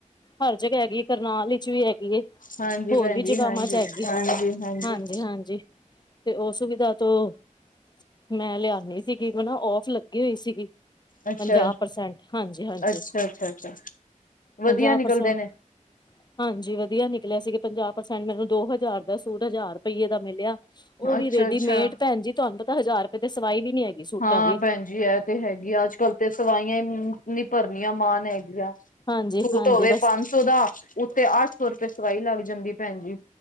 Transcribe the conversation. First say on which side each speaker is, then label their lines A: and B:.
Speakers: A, on the left; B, on the left.
A: ਹਰ ਜਗ੍ਹਾ ਹੈਗੀ ਕਰਨਾਲ ਵਿੱਚ ਵੀ ਹੈਗੀ ਹੈ
B: ਹਾਂਜੀ
A: ਹੋਰ
B: ਭੈਣਜੀ।
A: ਵੀ ਜਗ੍ਹਾਵਾਂ
B: ਹਾਂਜੀ-
A: ਚ ਹੈਗੀ
B: ਹਾਂਜੀ-ਹਾਂਜੀ।
A: ਹਾਂਜੀ, ਹਾਂਜੀ ਤੇ ਉਹ ਸੁਵਿਧਾ ਤੋਂ ਮੈਂ ਲਿਆਉਦੀ ਸੀਗੀ ਮ ਔਫ ਲੱਗੀ ਹੋਈ ਸੀਗੀ।
B: ਅੱਛਾ
A: ਪੰਜਾਹ ਪ੍ਰਸੈਂਟ ਹਾਂਜੀ, ਹਾਂਜੀ
B: ਅੱਛਾ ਅੱਛਾ ਅੱਛਾ ਵਧੀਆ
A: ਪੰਜਾਹ
B: ਨਿਕਲਦੇ
A: ਪ੍ਰਸੈਂਟ।
B: ਨੇ
A: ਹਾਂਜੀ। ਵਧੀਆ ਨਿਕਲਿਆ ਸੀਗੇ ਪੰਜਾਹ ਪਰਸੈਂਟ ਮੈਨੂੰ ਦੋ ਹਜ਼ਾਰ ਦਾ ਸੂਟ ਹਜ਼ਾਰ ਰੁਪਈਏ ਦਾ ਮਿਲਿਆ। ਉਹ ਵੀ
B: ਅੱਛਾ
A: ਰੇਡੀਮੇਡ
B: ਅੱਛਾ
A: ਭੈਣ ਜੀ ਤੁਹਾਨੂੰ ਪਤਾ ਹਜ਼ਾਰ ਰੁਪਏ ਦੀ ਸਵਾਈ ਵੀ ਨੀ ਹੈਗੀ। ਸੂਟਾਂ
B: ਹਾਂ
A: ਦੀ।
B: ਭੈਣਜੀ ਇਹ ਤੇ ਹੈਗੀ। ਆ ਅੱਜ ਕੱਲ ਤੇ ਸਵਾਈਆਂ ਹੀ ਨੀ ਭਰਨੀਆਂ ਮਾਨ ਹੈਗੀਆ
A: ਹਾਂਜੀ
B: ਸੂਟ
A: ਹਾਂਜੀ
B: ਹੋਵੇ,
A: ਬਸ
B: ਪੰਜ ਚੋਦਾ, ਉੱਤੇ ਅੱਠ- ਸੌ ਰੁਪਏ, ਸਵਾਈ ਲੱਗ ਜਾਂਦੀ ਭੈਣ ਜੀ।